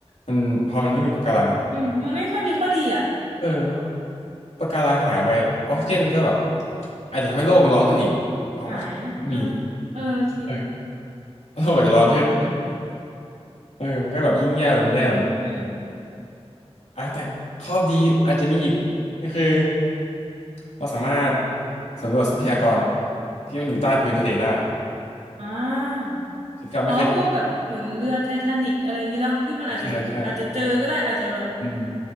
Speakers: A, on the left; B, on the right.
A: มันพอมันไม่มีปะการังอะ
B: อืมมันไม่ค่อยมีข้อดีอ่ะ
A: เออปะการังหายไปออกซิเจนก็แบบอาจจะทำให้โลกมันร้อนขึ้นอีกเพราะออกซิเจนมี
B: หายอ่ะเออเออ จริง
A: เออโลกอาจจะร้อนขึ้น
B: โห
A: เออมันก็แบบยิ่งแย่ลงแย่ลง
B: อืม
A: อ่ะแต่ข้อดีอาจจะมีอีกก็คือเราสามารถสำรวจทรัพยากรที่มันอยู่ใต้พื้นทะเลได้
B: อ่า
A: ที่เราไม่เคย
B: อ๋อพวกแบบเหมือนเรือไททานิกอะไรอย่างนี้เนาะที่มันอาจจะแบบอาจจะเจอก็ได้อาจจะแบบ
A: ใช่ใช่อืม